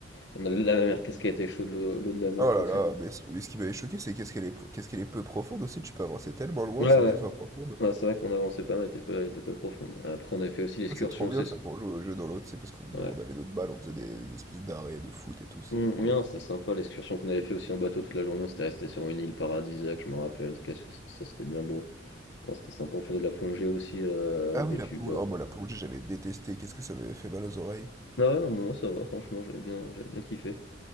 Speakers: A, on the left (about 70°); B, on the right (about 20°).
A: On avait la mer, qu'est-ce qu'elle était chaude, l'eau l'eau de la mer,
B: Oh
A: je
B: là
A: crois.
B: là,
A: c'est-
B: mais, c- mais ce qui m'avait choqué, c'est qu'est-ce qu'elle est, qu'est-ce qu'elle est peu profonde aussi, tu peux avancer tellement loin
A: Ouais, ouais,
B: sans qu'elle soit profonde.
A: ouais, c'est vrai qu'on avançait pas mal, elle était pas, elle était pas profonde. Après, on avait fait aussi l'excursion,
B: Ça c'est trop bien
A: c'est...
B: ça pour jouer au jeu dans l'autre, c'est parce qu'on
A: Ouais.
B: on avait notre balle, on faisait des, des espèces d'arrêts de foot et tout, c'était
A: Hmm,
B: trop bien.
A: non, c'était sympa, l'excursion qu'on avait fait aussi en bateau toute la journée, on s'était resté sur une île paradisiaque, je me rappelle, qu'est-ce que c- ça c'était bien beau. Non, c'était sympa, on faisait de la plongée aussi euh, avec
B: Ah oui,
A: des
B: la
A: tubes
B: plonge oh moi la plongée j'avais détesté, qu'est-ce que ça m'avait fait mal aux oreilles?
A: Ah ouais, non, moi ça va, franchement, j'avais bien, j'avais bien kiffé.